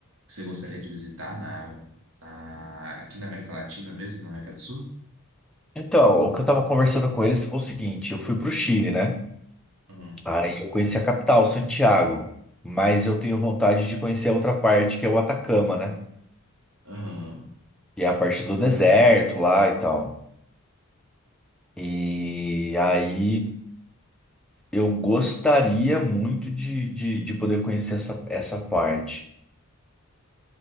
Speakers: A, on the right; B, in the centre.
A: que você gostaria de visitar na, na- aqui na América Latina mesmo, na América do Sul?
B: Então, o que eu tava conversando com eles foi o seguinte: eu fui pro Chile, né?
A: Uhum.
B: Aí eu conheci a capital, Santiago. Mas eu tenho vontade de conhecer a outra parte, que é o Atacama, né?
A: Aham.
B: Que é a parte do deserto lá e tal. E aí eu gostaria muito de, de, de poder conhecer essa, essa parte.